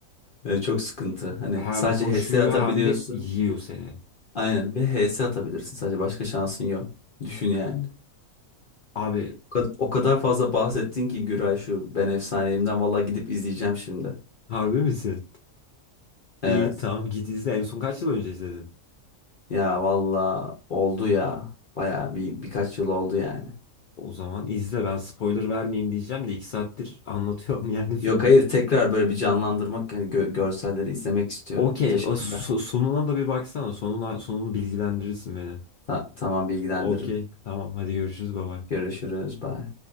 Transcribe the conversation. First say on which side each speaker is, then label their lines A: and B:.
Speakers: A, on the left; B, on the left.
A: Yani çok sıkıntı. Hani
B: hem
A: sadece
B: koşuyor
A: HS atabiliyorsun.
B: hem de yiyor seni.
A: Aynen bir HS atabilirsin sadece başka şansın yok. Düşün yani.
B: Abi
A: O kad- o kadar fazla bahsettin ki Güray şu ben efsaneyimden valla gidip izleyeceğim şimdi.
B: harbi misin? İyi
A: Evet.
B: tamam git izle. En son kaç yıl önce izledin?
A: Ya valla oldu ya. Baya bir birkaç yıl oldu yani.
B: O zaman izle ben spoiler vermeyeyim diyeceğim de iki saattir <laughs> anlatıyorum yani filmi.
A: Yok hayır
B: <laughs>
A: tekrar böyle bir canlandırmak yani gö- görselleri izlemek istiyorum.
B: Okey
A: Teşekkürler.
B: o so- sonuna da bir baksana. Sonuna, sonunu bilgilendirirsin beni.
A: Ta- tamam bilgilendiririm.
B: Okey tamam hadi görüşürüz baba.
A: Görüşürüz. Bye.